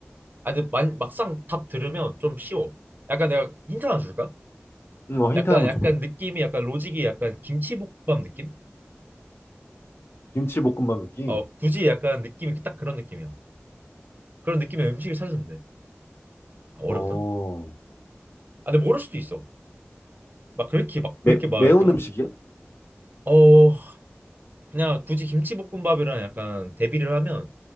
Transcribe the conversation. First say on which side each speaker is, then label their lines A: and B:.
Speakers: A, on the right; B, on the left.
A: 아, 근데 만- 막상 답 들으면 좀 쉬워. 약간 내가 힌트 하나 줄까?
B: 음, 어, 힌트
A: 약간
B: 한번
A: 약간
B: 줘봐.
A: 느낌이 약간 로직이 약간 김치볶음밥 느낌?
B: 김치볶음밥 느낌?
A: 어, 굳이 약간 느낌이 딱 그런 느낌이야. 그런 느낌의 음식을 찾으면 돼. 아, 어렵나?
B: 어,
A: 아, 근데 모를 수도 있어. 막 그렇게 막
B: 매,
A: 그렇게 막
B: 매운
A: 이렇게 한,
B: 음식이야?
A: 어, 그냥 굳이 김치볶음밥이랑 약간 대비를 하면